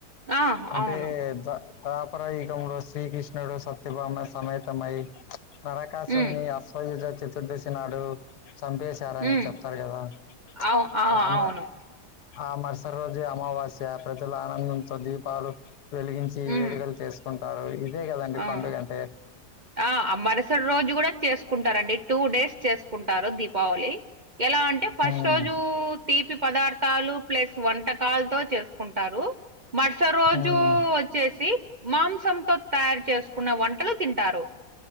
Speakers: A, on the right; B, on the left.
A: ఆ
B: అంటే
A: అవును
B: <unintelligible> తాపరయుగంలో శ్రీకృష్ణుడు సత్యభామ సమేతమై <unintelligible>
A: ఉమ్
B: అశ్వయుధ చతుర్దశి నాడు చంపే <unintelligible>
A: ఉమ్
B: చెప్తాడు <unintelligible>
A: అవు ఆ అవును
B: ఆ మరుస రోజే అమావాస్య ప్రజల ఆనందంతో దీపాలు వెలిగించి వేడుకలు
A: ఉమ్
B: చేస్ కుంటారు ఇదే కదండి
A: ఆ
B: పండుగ అంటే
A: ఆ మరుసటి రోజు కూడ చేసుకుంటారండి టూ డేస్ చేసుకుంటారు దీపావళి ఎలా అంటే ఫస్ట్
B: హ్మ్
A: రోజు తీపి పదార్థాలు ప్లస్ వంటకాలతో చేసుకుంటారు మరుస రోజు
B: హ్మ్
A: వచ్చేసి మాంసంతో తయారు చేసుకున్న వంటలు తింటారు